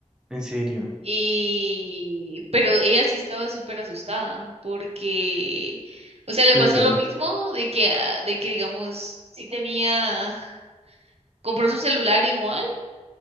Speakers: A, in the centre; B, on the right (about 55°).
A: En serio.
B: Y, pero ella sí estaba súper asustada porque, o sea, le
A: Fue
B: pasó
A: diferente.
B: lo mismo de que, ah, de que digamos, sí tenía, compró su celular igual,